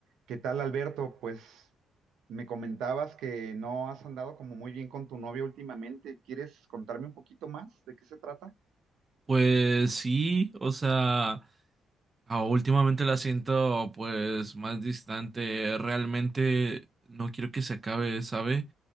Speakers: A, on the right; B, on the right.
A: ¿Qué tal, Alberto? Pues me comentabas que no has andado como muy bien con tu novia últimamente. ¿Quieres contarme un poquito más de qué se trata?
B: Pues sí, o sea, ah, últimamente la siento pues más distante. Realmente no quiero que se acabe, ¿sabe?